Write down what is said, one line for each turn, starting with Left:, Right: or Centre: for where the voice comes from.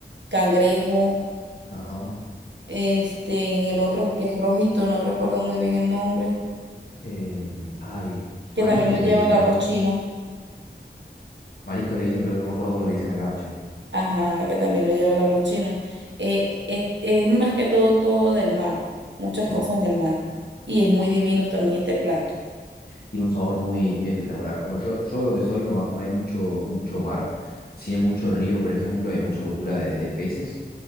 Right: cangrejo,
Left: ajá.
Right: este, en el otro que es rojito, no recuerdo muy bien el nombre,
Left: Em, ay,
Right: que
Left: mariscos
Right: también lo lleva
Left: le dicen,
Right: el arroz
Left: ¿no?
Right: chino.
Left: Mariscos le dicen, pero no me acuerdo cómo le dicen acá, che.
Right: Ajá, que también lo lleva el arroz chino. Eh, es, es más que todo todo del mar, muchas
Left: Sí.
Right: cosas del mar. Y es muy divino también este plato.
Left: tiene un sabor muy, muy espectacular. Bueno, yo, yo donde soy no, no hay mucho, mucho mar, sí hay mucho río, por ejemplo, hay mucha cultura de, de peces,